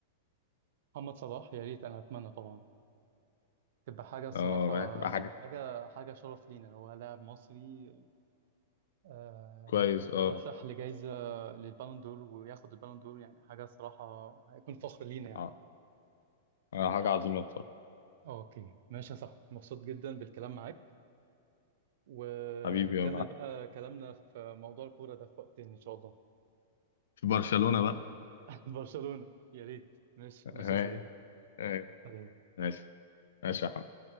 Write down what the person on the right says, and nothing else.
محمد صلاح يا ريت انا اتمنى طبعا تبقى حاجه الصراحه
يعني
حاجه حاجه شرف لينا لو هو لاعب مصري آه،
يترشح
لجائزه للبالون دور وياخد البالون دور يعني حاجه الصراحه هيكون فخر لينا يعني
اوكي ماشي يا صاحبي مبسوط جدا بالكلام معاك ونكمل
بقى كلامنا في موضوع الكورة ده في وقت تاني ان شاء الله
<laughs> برشلونة يا ريت ماشي
ماشي يا صديقي
سلام